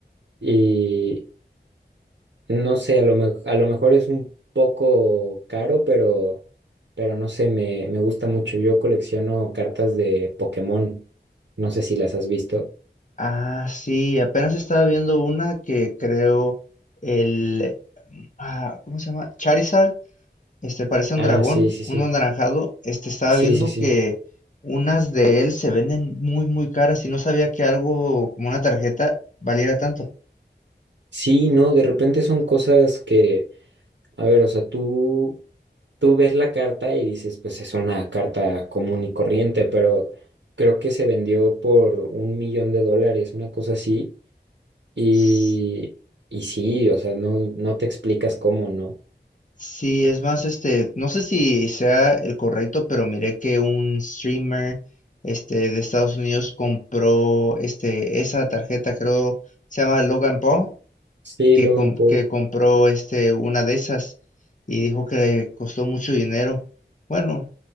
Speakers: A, on the right (about 75°); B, on the left (about 45°).
A: y no sé, a lo, me- a lo mejor es un poco caro, pero, pero no sé, me, me gusta mucho. Yo colecciono cartas de Pokémon. No sé si las has visto.
B: Ah, sí, apenas estaba viendo una que creo el, ah, ¿cómo se llama? Charizard, este parece un
A: Ah,
B: dragón,
A: sí, sí,
B: un
A: sí.
B: anaranjado. Este estaba
A: Sí,
B: viendo
A: sí, sí.
B: que unas de él se venden muy, muy caras y no sabía que algo como una tarjeta valiera tanto.
A: Sí, no, de repente son cosas que, a ver, o sea, tú, tú ves la carta y dices, pues es una carta común y corriente, pero creo que se vendió por un millón de dólares, una cosa así, y,
B: S-
A: y sí, o sea, no, no te explicas cómo, ¿no?
B: Sí, es más, este, no sé si sea el correcto, pero miré que un streamer, este, de Estados Unidos compró, este, esa tarjeta, creo, se llama Logan Paul
A: Sí,
B: que,
A: Logan
B: com-
A: Paul.
B: que compró este, una de esas y dijo que le costó mucho dinero. Bueno,